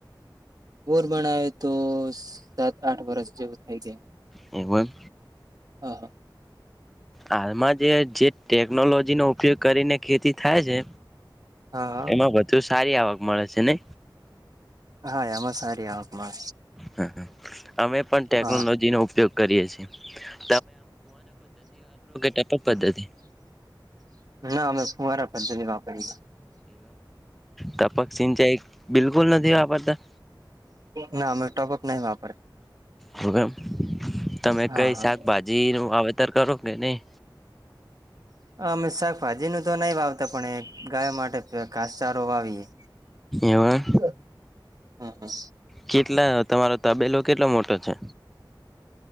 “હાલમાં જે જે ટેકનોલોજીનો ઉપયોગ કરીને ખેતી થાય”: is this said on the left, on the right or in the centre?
Centre